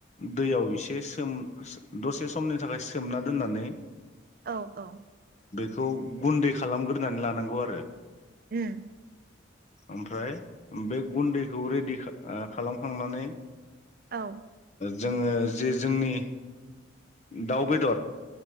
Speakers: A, on the left; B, on the right.
A: दैयाव एसे सोम दसे समनि थाखाय सोमना दोननानै।
B: औ औ
A: खौ गुन्दै खालामग्रोनानै लानांगौ आरो
B: ओम
A: ओमफ्राय बे गुन्दैखौ रेडि खा आ खालामखांनानै
B: औ
A: जोङो जे जोंनि दाउ बेदर